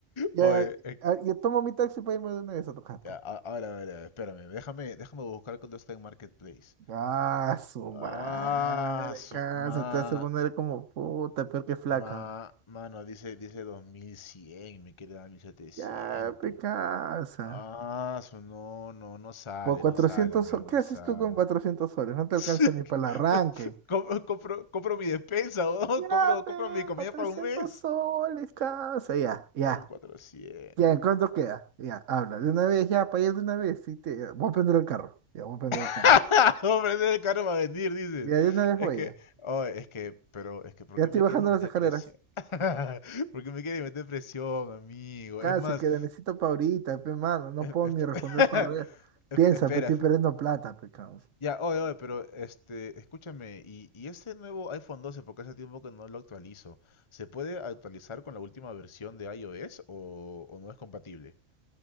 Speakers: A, on the right; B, on the left.
A: Ya,
B: Oye, eh,
A: ah, yo tomo mi taxi para irme de una vez a tu jato.
B: a- a ver, a ver, a ver, espérame. Déjame, déjame buscar cuando está en Marketplace.
A: Ah, su madre,
B: Ah, su
A: casa,
B: ma,
A: te hace poner como puta, peor que flaca.
B: ma, mano, dice, dice dos mil cien me queda mil setecientos
A: Ya, pe casa.
B: Ah, su- no, no, no sale,
A: Por 400
B: no sale, amigo,
A: soles,
B: no
A: ¿qué haces
B: sale.
A: tú con 400 soles? No te
B: <laughs>
A: alcanza ni para el arranque.
B: Compro, compro, compro mi despensa, weón,
A: Ya,
B: compro,
A: pe,
B: compro mi comida
A: 400
B: para un mes.
A: soles, casa, ya, ya.
B: Como cuatrocientos.
A: Ya, ¿en cuánto
B: hermano.
A: queda? Ya, habla. De una vez, ya, para ir de una vez. Sí, te... Voy a prender el carro. Ya, voy a prender
B: <laughs>
A: el carro.
B: Hombre, ese carro va a venir, dices.
A: Ya, de una vez voy,
B: Es que,
A: ya.
B: oh, es que, pero, es que, ¿por
A: Ya
B: qué
A: estoy
B: me
A: bajando
B: quieres meter
A: las escaleras.
B: presión? <laughs> ¿Por qué me quieres meter presión, amigo?
A: Cállense,
B: Es más,
A: que la necesito para ahorita, pe, mano. No
B: es-
A: puedo
B: es-
A: ni responder
B: <laughs>
A: correo.
B: es-
A: Piensa,
B: espera,
A: pe, estoy perdiendo plata, pe, causa.
B: Ya, oye, oye, pero este, escúchame, y, y ese nuevo iPhone 12, porque hace tiempo que no lo actualizo, ¿se puede actualizar con la última versión de iOS o, o no es compatible?